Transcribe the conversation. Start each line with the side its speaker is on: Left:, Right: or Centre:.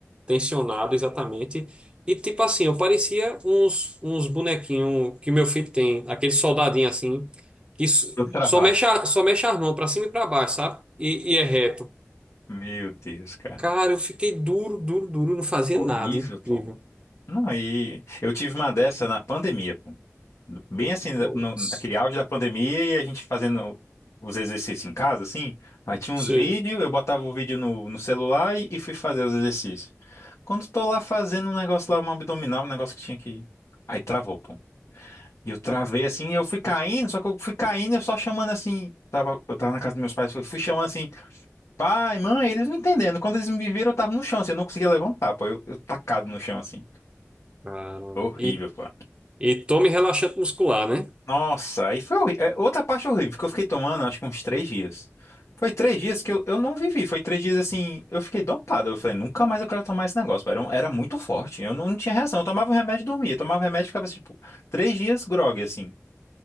Right: Tensionado, exatamente. E tipo assim, eu parecia uns, uns bonequinhos que meu filho tem, aquele soldadinho assim, que s-
Left: Tô travado.
Right: só mexe, a- só mexe as mãos pra cima e pra baixo, sabe? E, e é reto.
Left: Meu Deus, cara.
Right: Cara, eu fiquei duro, duro, duro, não fazia
Left: Horrível,
Right: nada, incrível.
Left: pô. Não, aí. Eu tive uma dessa na pandemia, pô. Bem assim,
Right: Putz.
Left: no, naquele auge da pandemia e a gente fazendo os exercícios em casa, assim. Aí tinha
Right: Sim.
Left: uns vídeos, eu botava o vídeo no, no celular e, e fui fazer os exercícios. Quando tô lá fazendo um negócio lá, um abdominal, um negócio que tinha que. Aí travou, pô. E eu travei assim, e eu fui caindo, só que eu fui caindo, eu só chamando assim. Tava, eu tava na casa dos meus pais, eu fui chamando assim, pai, mãe, eles não entendendo. Quando eles me viram, eu tava no chão, assim, eu não conseguia levantar, pô. Eu, eu tacado no chão, assim.
Right: Caramba.
Left: Horrível,
Right: E,
Left: pô.
Right: e tome relaxante muscular, né?
Left: Nossa, aí foi horri- é, outra parte horrível, que eu fiquei tomando, acho que uns três dias. Foi três dias que eu, eu não vivi, foi três dias assim, eu fiquei dopado. Eu falei, nunca mais eu quero tomar esse negócio, pô. Era, um- era muito forte, eu não, não tinha reação. Eu tomava o remédio e dormia, eu tomava o remédio e ficava assim, tipo, três dias grogue, assim.